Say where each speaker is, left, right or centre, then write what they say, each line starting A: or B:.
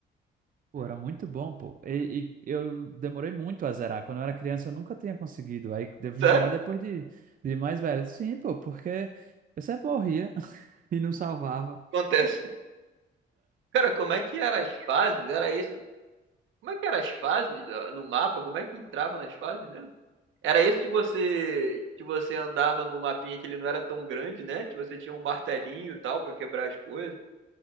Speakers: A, on the right (about 45°); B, on the right (about 75°).
A: Pô, era muito bom, pô. E, e eu demorei muito a zerar. Quando eu era criança, eu nunca tinha conseguido. Aí eu vim
B: Sério?
A: zerar depois de, de mais velho. Sim, pô, porque eu sempre morria. <laughs> E não salvava.
B: acontece. <laughs> Cara, como é que eram as fases? Era isso? Como é que eram as fases ó, no mapa? Como é que entrava nas fases mesmo? Era isso que você que você andava num mapinha que ele não era tão grande, né? Que você tinha um martelinho e tal pra quebrar as coisas.